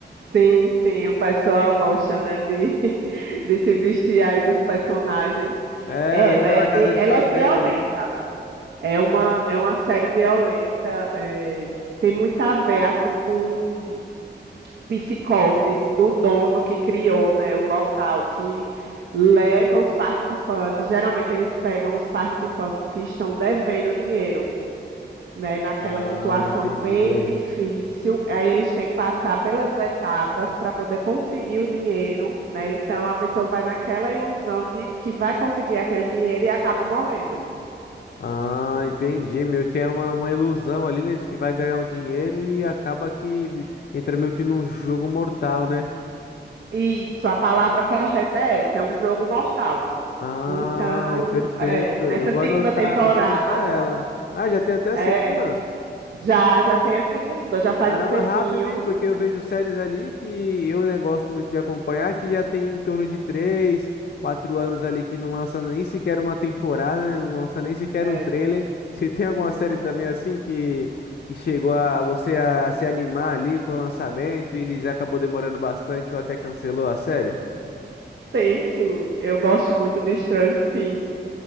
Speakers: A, on the right; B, on the left.
A: Sim, sim, o pessoal gosta, né, de, <laughs> de se vestir aí dos personagens.
B: É,
A: É,
B: eu lembro
A: ela é
B: da
A: bem,
B: Casa de
A: ela
B: Papel
A: é violenta.
B: ali.
A: É uma, é uma série violenta. é, tem muito a ver, assim, com psicose do dono que criou, né, o local que leva os participantes. Geralmente eles pegam os participantes que estão devendo dinheiro né, naquela
B: Ah,
A: situação
B: entendi.
A: bem difícil. Aí eles têm que passar pelas etapas para poder conseguir o dinheiro, né? Então a pessoa vai naquela ilusão de que vai conseguir aquele dinheiro e acaba morrendo.
B: Ah, entendi. Meio que é uma, uma ilusão ali, né, de que vai ganhar o dinheiro e acaba que entra meio que num jogo mortal, né?
A: Isso, a palavra correta é essa, é um jogo mortal.
B: Ah,
A: Então,
B: é perfeito.
A: é, nessa
B: Eu vou
A: segunda
B: anotar,
A: temporada,
B: eu vou anotar ela. Ah, já tem até a
A: é,
B: segunda?
A: já já tem a segunda, já faz
B: Caramba,
A: um tempinho.
B: rápido, hein? Porque eu vejo séries ali que eu né, gosto muito de acompanhar, que já tem em torno de três, quatro anos ali que não lança nem sequer uma temporada, né? Não lança nem sequer
A: é,
B: um trailer. <laughs> Se tem alguma série também
A: é.
B: assim que, que chegou a você a se animar ali com o lançamento e eles acabou demorando bastante ou até cancelou a série?
A: Tem sim, eu gosto muito de Stranger Things.